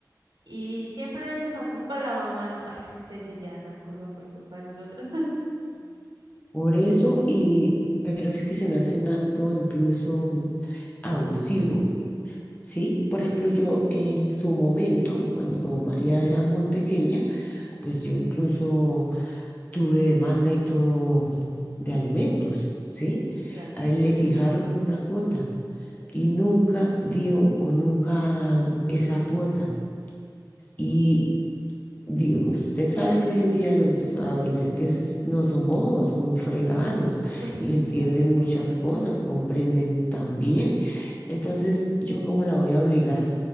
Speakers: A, on the right; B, on the left.
A: y siempre le echan la culpa a la mamá, ¿no? Ay, es que ustedes se llevan la culpa por culpa de nosotras.
B: Por eso, y, pero es que se me hace un acto incluso abusivo, ¿sí? Por ejemplo,
A: <laughs> Sí,
B: yo en su momento, cuando María era muy pequeña, pues yo incluso tuve demanda y todo de alimentos, ¿sí?
A: sí, claro.
B: A él le fijaron una cuota y nunca dio o nunca ha dado esa cuota. Y digo, usted sabe que hoy en día los adolescentes
A: Mm,
B: no son bobos, son fregados
A: Pues
B: y entienden
A: claro.
B: muchas cosas, comprenden también. Entonces, ¿yo cómo la voy a obligar